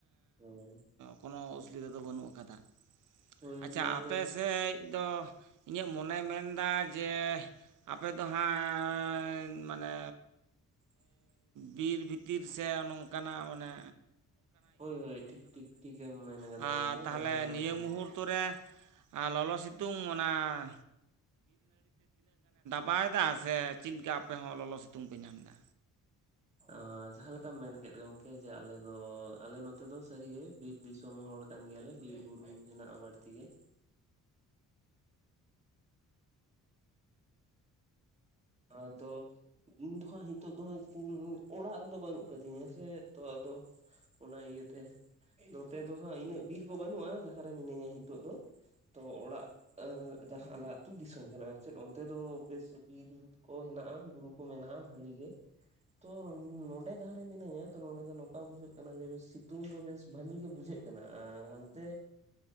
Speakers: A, on the right; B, on the right.
A: ᱦᱩᱸ
B: ᱠᱳᱱᱳ ᱚᱥᱩᱵᱤᱫᱟ ᱫᱚ ᱵᱟᱹᱱᱩᱜ ᱟᱠᱟᱫᱟ
A: ᱦᱳᱭ
B: ᱟᱪᱪᱷᱟ
A: ᱱᱚᱣᱟ
B: ᱟᱯᱮᱥᱮᱫ
A: ᱫᱚ
B: ᱫᱚ, ᱤᱧᱟᱹᱜ ᱢᱚᱱᱮᱭ ᱢᱮᱱᱫᱟ ᱡᱮ ᱟᱯᱮ ᱫᱚ ᱦᱟᱸᱜ ᱢᱟᱱᱮ,
A: <inaudible>
B: ᱵᱤᱨ ᱵᱷᱤᱛᱤᱨ ᱥᱮ ᱱᱚᱝᱠᱟᱱᱟᱜ ᱚᱱᱟ
A: ᱦᱳᱭ ᱦᱳᱭ ᱴᱷᱤᱠ ᱴᱷᱤᱠ ᱴᱷᱤᱠᱜᱮᱢ ᱢᱮᱱ ᱠᱟᱫᱟ
B: ᱟᱨ
A: ᱜᱚᱢᱠᱮ
B: ᱛᱟᱦᱚᱞᱮ
A: ᱡᱟᱦᱟᱸ ᱞᱮᱠᱟᱢ
B: ᱱᱤᱭᱟᱹ
A: ᱢᱮᱱ
B: ᱢᱩᱦᱩᱨᱛᱚ
A: ᱠᱮᱫ ᱟᱨ <inaudible>
B: ᱨᱮ ᱞᱚᱞᱚ ᱥᱤᱛᱩᱝ ᱚᱱᱟ ᱵᱟᱭ ᱫᱟᱜ ᱥᱮ ᱪᱮᱫ ᱞᱮᱠᱟ ᱟᱯᱮ ᱦᱚᱸ ᱞᱚᱞᱚ ᱥᱤᱛᱩᱝ ᱯᱮ ᱧᱟᱢᱮᱫᱟ᱾
A: ᱟ ᱡᱟᱦᱟ ᱞᱮᱠᱟᱢ ᱢᱮᱱ ᱠᱮᱫ ᱜᱚᱝᱠᱮ ᱡᱮ ᱟᱞᱮ ᱫᱚ ᱟᱞᱮ ᱱᱚᱛᱮ ᱫᱚ ᱥᱟᱹᱨᱤᱜᱮ ᱵᱤᱨ ᱫᱤᱥᱚᱢ ᱦᱚᱲ ᱠᱟᱱ ᱜᱮᱭᱟᱞᱮ ᱵᱤᱨ ᱵᱩᱨᱩ ᱦᱮᱱᱟᱜ-ᱟ ᱵᱟᱲᱛᱤ ᱜᱮ ᱟᱫᱚ ᱤᱧ ᱫᱚᱦᱟᱸᱜ ᱱᱤᱛᱳᱜ ᱫᱚ ᱦᱟᱸᱜ ᱤᱧ ᱚᱲᱟᱜ ᱨᱮᱫᱚ ᱵᱟᱹᱱᱩᱜ ᱟᱠᱟᱫᱤᱧᱟ ᱥᱮ ᱛᱚ ᱟᱫᱚ ᱚᱱᱟ ᱤᱭᱟᱹᱛᱮ ᱱᱚᱛᱮ ᱫᱚ ᱦᱟᱸᱜ ᱤᱱᱟᱹᱜ ᱵᱤᱨ ᱫᱚ ᱵᱟᱹᱱᱩᱜᱼᱟ ᱡᱟᱦᱟᱸ ᱨᱮ ᱢᱤᱱᱟᱹᱧᱟ ᱱᱤᱛᱚᱜ ᱫᱚ ᱛᱚ ᱚᱲᱟᱜ ᱡᱟᱦᱟᱸ ᱟᱞᱮ ᱟᱹᱛᱩ ᱫᱤᱥᱚᱢ ᱠᱟᱱᱟ ᱪᱮᱫ ᱚᱱᱛᱮ ᱫᱚ ᱵᱮᱥ ᱵᱤᱨ ᱠᱚ ᱦᱮᱱᱟᱜᱼᱟ ᱵᱩᱨᱩ ᱠᱚ ᱢᱮᱱᱟᱜᱼᱟ ᱵᱷᱟᱞᱤ ᱜᱮ ᱛᱚ ᱱᱚᱰᱮ ᱡᱟᱦᱟᱸᱨᱮ ᱢᱤᱱᱟᱹᱧᱟ ᱛᱚ ᱱᱚᱰᱮ ᱫᱚ ᱱᱚᱝᱠᱟ ᱵᱩᱡᱷᱟᱹᱜ ᱠᱟᱱᱟ ᱡᱮ ᱥᱤᱛᱩᱝ ᱫᱚ ᱵᱮᱥ ᱵᱷᱟᱹᱞᱤ ᱜᱮ ᱵᱩᱡᱷᱟᱹᱜ ᱠᱟᱱᱟ ᱟᱨ ᱦᱟᱱᱛᱮ